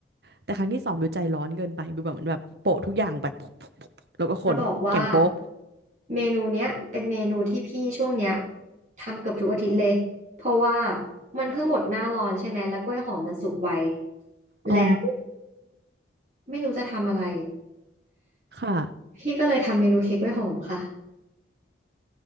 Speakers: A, on the right; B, on the right.
A: แต่ครั้งที่สองบิวใจร้อนเกินไปบิวแบบเหมือนแบบโปะทุกอย่างแบบแล้วก็คนแข็งโป๊ก
B: แล้บอกว่าเมนูเนี้ยเป็นเมนูที่พี่ช่วงเนี้ยทำเกือบทุกอาทิตย์เลยเพราะว่ามันเพิ่งหมดหน้าร้อนใช่ไหมแล้วกล้วยหอมมันสุกไวแล้ว
A: อ๋อ
B: ไม่รู้จะทำอะไร
A: ค่ะ
B: พี่ก็เลยทำเมนูเค้กกล้วยหอมค่ะ